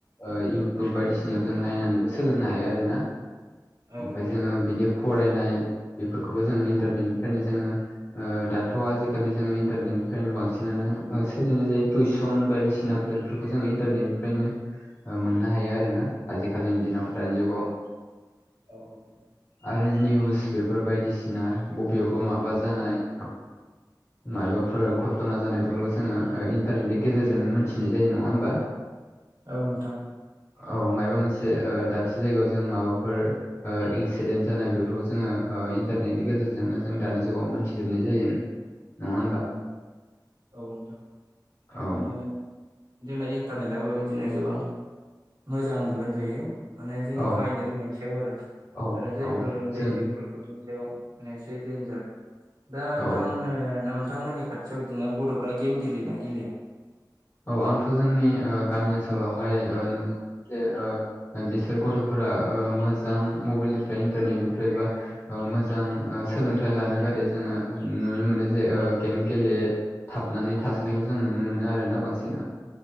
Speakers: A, on the left; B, on the right.
A: ओ इउटुब बायदिसिनायाव जों नायनानैबो सोलोंनो हायो आरो ना
B: औ
A: ओमफाय
B: नोंथां
A: जोङो बिदि फरायनाय बेफोरखौबो जोङो इन्टारनेटनिफ्रायनो जोङो दाथ' आजिखालि जोङो इन्टारनेटनिफ्रायनो बांसिनानो सोलिनाय जायो टिउसन बायदिसिनाफोर बेफोरखौ जों इन्टारनेटनिफ्रायनो मोननो हायो आरो ना आजिखालिनि दिनाव दानि जुगाव
B: औ
A: आरो निउस बेफोर बायदिसिना बबेयावबा माबा जानाय मायबाफोर घट'ना जानाय बेफोरखौ जोङो इन्टारनेटनि गेजेरजोंनो मोनथिनाय जायो नङा होमबा
B: औ नोंथां
A: औ मायबा मोनसे दाबसे जायगायाव जों माबाफोर इनसिडेन्ट जानाय बेफोरखौ जोङो इन्टारनेटनि गेजेरजोंनो जों दानि जुगाव मोनथिजोबनाय जायो नङा होनबा
B: औ नोंथां
A: औ
B: बिदिनो जोंना इन्टारनेटाबो बिदिनो गोबां मोजां बेदि होजायो माने जोङो
A: औ
B: बाहायनो रोंनायनि सायाव आरो
A: औ
B: आरो जायफोर
A: औ
B: उन्दै
A: जों
B: उन्दै गथ' नि सायाव माने एसे देनजार दा
A: औ
B: नोंथां नोंथांमोननि फिसायाव बिदिनो गथ'फ्रा गेम गेलेयोना गेलेया?
A: औ आंथ' जोंनि ओ गामि ओनसोलावहाय ओ नुनो जे बिसोर गथ'फोरा मोजां मबाइलनिफ्राय इन्टारनेटनि जेनेबा मोजां सोलोंथाइ लानो गारो जोङो नुनो मोनो जे गेम गेले थाबनानै थासोनायखौ जों नुनो मोनो आरोना बांसिन